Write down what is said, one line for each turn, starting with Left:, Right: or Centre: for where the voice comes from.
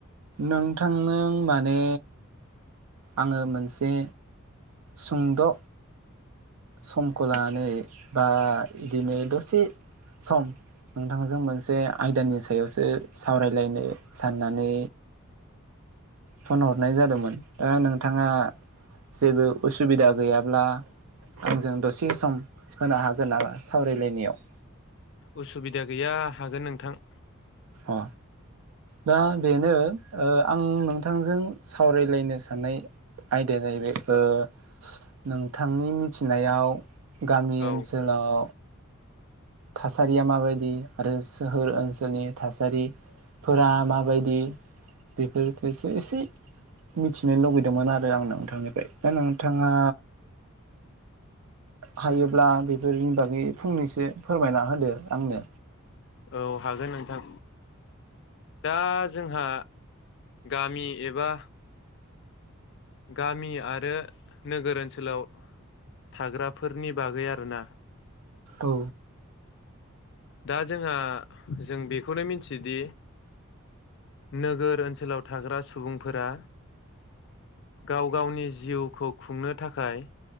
Right: नोंथांजों माने आङो मोनसे सुंद' समखौ लानानै बा इदिनो दसे सम नोंथांजों मोनसे आयदानि सायावसो सावरायलायनो साननानै फन हरनाय जादोंमोन दा नोंथाङा जेबो उसुबिदा गैयाब्ला आंजों दसे सम होनो हागोन नामा सावरायलायनायाव?
Left: उसुबिदा गैया हागोन नोंथां।
Right: अ दा बेनो ओ आं नोंथांजों सावरायलायनो साननाय आयदाया जाहैबाय ओ नोंथांनि मिथिनायाव गामि
Left: औ
Right: ओनसोलाव थासारिया माबायदि आरो सोहोर ओनसोलनि थासारि फोरा माबायदि बेफोरखौसो एसे मिथिनो लुबैदोंमोन आरो आं नोंथांनिफ्राय दा नोंथाङा हायोब्ला बेफोरनि बागै फंनैसो फोरमायना होदो आंनो
Left: औ हागोन नोंथां दा जोंहा गामि एबा गामि आरो नोगोर ओनसोलाव थाग्राफोरनि बागै आरोना
Right: औ
Left: दा जोंहा जों बेखौनो मिथियोदि नोगोर ओनसोलाव थाग्रा सुबुंफोरा गाव गावनि जिउखौ खुंनो थाखाय